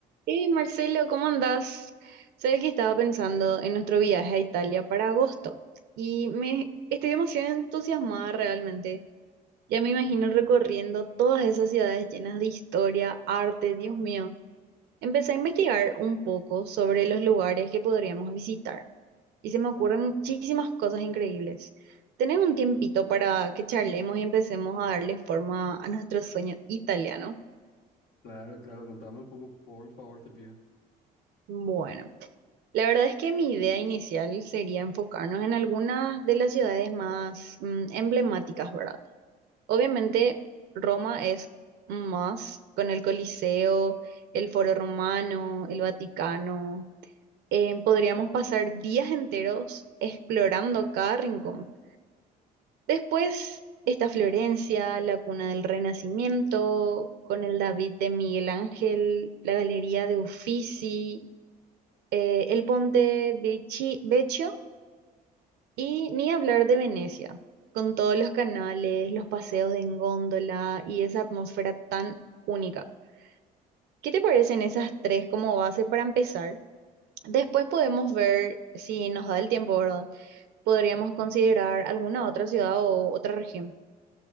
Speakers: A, on the right; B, on the left.
A: Hey Marcelo, ¿cómo andás? Sabes que estaba pensando en nuestro viaje a Italia para agosto y me estoy demasiado entusiasmada realmente. Ya me imagino recorriendo todas esas ciudades llenas de historia, arte, Dios mío. Empecé a investigar un poco sobre los lugares que podríamos visitar y se me ocurren muchísimas cosas increíbles. ¿Tenés un tiempito para que charlemos y empecemos a darle forma a nuestro sueño italiano?
B: Claro, claro, contame un poco, por favor, te pido.
A: Bueno. La verdad es que mi idea inicial sería enfocarnos en algunas de las ciudades más mm, emblemáticas, ¿verdad? Obviamente Roma es más con el Coliseo, el Foro Romano, el Vaticano. Eh, podríamos pasar días enteros explorando cada rincón. Después está Florencia, la cuna del Renacimiento, con el David de Miguel Ángel, la Galería de Uffizi, eh, el Ponte Vecchi- Vecchio Y ni hablar de Venecia, con todos los canales, los paseos en góndola y esa atmósfera tan única. ¿Qué te parecen esas tres como base para empezar? Después podemos ver, si nos da el tiempo, ¿verdad? Podríamos considerar alguna otra ciudad o otra región.